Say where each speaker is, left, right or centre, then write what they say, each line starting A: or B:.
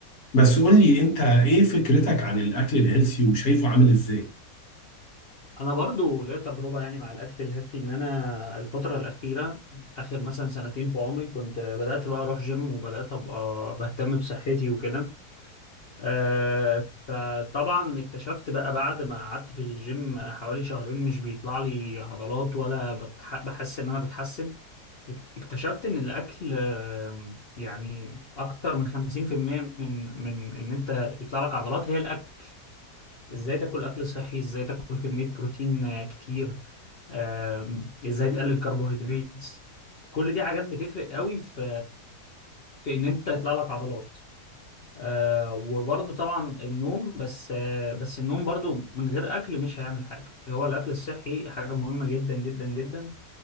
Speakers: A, on the left; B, on the left.
A: بس قول لي أنت إيه فكرتك عن الأكل الهيلسي وشايفه عامل إزاي؟
B: انا برضو ليا تجربه يعني مع الاكل الهيلثي ان انا الفتره الاخيره اخر مثلا سنتين في عمري كنت بدات بقى اروح جيم وبدات ابقى بهتم بصحتي وكده آه، فطبعا اكتشفت بقى بعد ما قعدت في الجيم حوالي شهرين مش بيطلع لي عضلات ولا بتح- بحس ان انا بتحسن اكتشفت ان الاكل آم، يعني اكتر من 50% من من ان انت يطلع لك عضلات هي الاكل ازاي تاكل اكل صحي ازاي تاكل كمية بروتين آه، كتير آم، ازاي تقلل كربوهيدرات كل دي حاجات بتفرق قوي في في ان انت يطلع لك عضلات آه، وبرضه طبعا النوم بس آه، بس النوم برضه من غير اكل مش هيعمل حاجة هو الاكل الصحي حاجة مهمة جدا جدا جدا